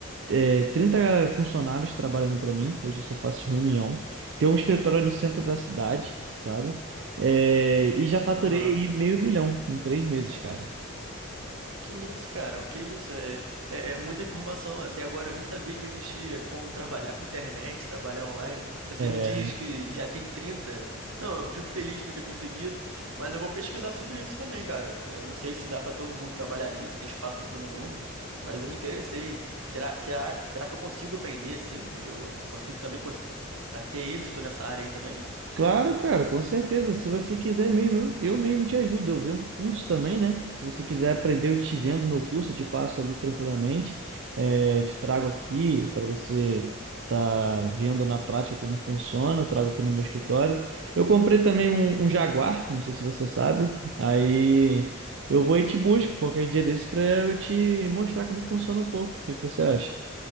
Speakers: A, on the right (about 60°); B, on the right (about 85°).
A: é, 30 funcionários trabalhando para mim. Hoje eu só faço reunião. Tem um escritório no centro da cidade, sabe? É, e já faturei
B: Aham.
A: aí meio milhão em três meses, cara.
B: Que isso, cara? Que isso? É, é, é muita informação. Até agora eu nem sabia que existia como trabalhar com internet, trabalhar online. Você
A: É,
B: me diz que já tem trinta Não, eu fico feliz de ter conseguido, mas eu vou pesquisar sobre isso também, cara. Eu não sei se dá para todo mundo trabalhar nisso, tem espaço para todo mundo, mas eu me interessei. Será, será, será que eu consigo aprender assim? Eu consigo também cons- a ter êxito nessa área aí também?
A: Claro, cara, com certeza. Se você quiser mesmo, eu eu mesmo te ajudo. Eu vendo curso também, né? Se você quiser aprender, eu te vendo meu curso, eu te passo ali tranquilamente. É, te trago aqui para você tá vendo na prática como funciona. Eu trago aqui no meu escritório. Eu comprei também um, um Jaguar, não sei se você sabe. Aí eu vou e te busco qualquer dia desse para eu te mostrar como funciona um pouco. O que que você acha?